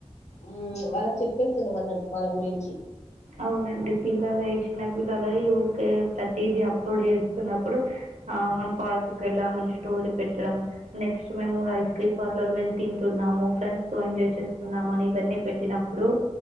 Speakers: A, on the left (about 70°); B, on the right (about 85°).
A: హు వాళ్ళకి చెప్పేస్తున్నాం అన్నట్టు మన గురించి
B: అవునండి పిల్లలై చిన్న పిల్లలై ఊకే ప్రతిది అప్లోడ్ చేస్తున్నప్పుడు ఆ వన్ పాతూ పెళ్ళమని స్టోరీ పెట్టడం నెక్స్ట్ మేము ఐస్ క్రీమ్ పార్లర్ లో వెళ్ళి తింటున్నాము ఫ్రెండ్స్ తో ఎంజాయ్ చేస్తున్నాము అని ఇవన్నీ పెట్టినప్పుడు